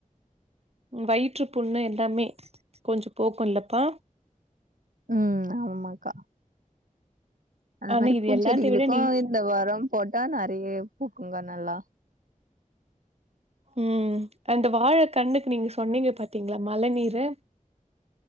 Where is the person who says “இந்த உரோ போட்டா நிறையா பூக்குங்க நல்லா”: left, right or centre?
Right